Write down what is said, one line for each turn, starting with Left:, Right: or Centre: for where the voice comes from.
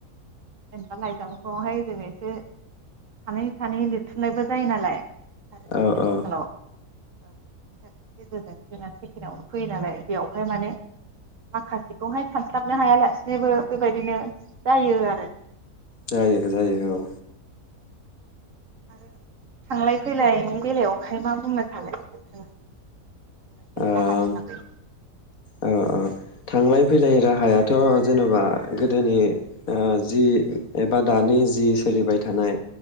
Right: जेनेबा लाइजामखौहाय जोङो <unintelligible> सानै सानै लिरथुमनायबो जायो नालाय । आरो जोंनि
Left: औ
Right: आथिखालाव
Left: औ
Right: ओ इन्टारनेद नि गेजेरजों जोंहा सेकेणआव फैयो नालाय बेयावहाय माने माखासे बेवहाय सानस्लाबनो हायालासिनोबो बेबायदिनो जायो आरो।
Left: जायो जायो औ।
Right: आरो थांलाय फैलायनि बेलायावहाय मा बुंनो सानो नोंथाङा? थांलाय फैलाय
Left: ओम
Right: राहानि थाखाय
Left: ओ थांलाय फैलाय राहायाथ' जेन'बा गोदोनि ओ जि एबा दानि जि सोलिबाय थानाय